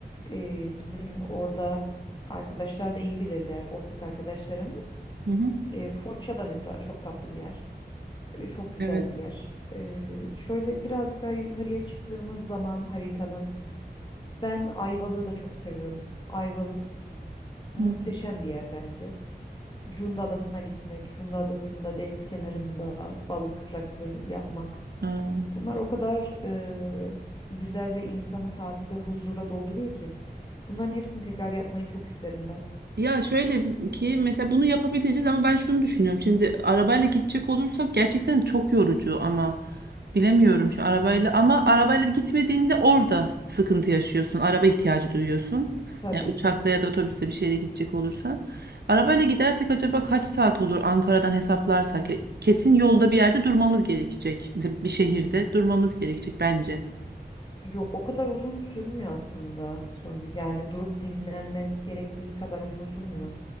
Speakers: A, on the left; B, on the right.
A: e, bizim orada arkadaşlar da iyi bilirler, ortak arkadaşlarımız.
B: Hı hı.
A: E, Foça da mesela çok tatlı bir yer. E, Çok güzel
B: Evet.
A: bir yer. E, şöyle biraz daha yukarıya çıktığımız zaman haritanın ben Ayvalık'ı da çok seviyorum. Ayvalık muhteşem
B: Hı.
A: bir yer bence. Cunda Adası'na gitmek, Cunda Adası'nda deniz kenarında balık rakı yapmak.
B: Aa.
A: Bunlar o kadar e, güzel ve insanı tatilde huzurla dolduruyor ki. Bunların hepsini tekrar yapmayı çok isterim ben.
B: Ya şöyle ki mesela bunu yapabiliriz ama ben şunu düşünüyorum. Şimdi arabayla gidecek olursak gerçekten çok yorucu ama bilemiyorum şu arabayla ama arabayla gitmediğinde orada sıkıntı yaşıyorsun. Araba ihtiyacı duyuyorsun.
A: Tabii
B: Yani uçakla
A: ki.
B: ya da otobüsle bir şeyle gidecek olursan. Arabayla gidersek acaba kaç saat olur Ankara'dan hesaplarsak? Ya Kesin yolda bir yerde durmamız gerekecek. Mesela bir şehirde durmamız gerekecek bence.
A: Yok o kadar uzun sürmüyor aslında Songül. Yani durup dinlenmen gerektiği kadar uzun sürmüyor.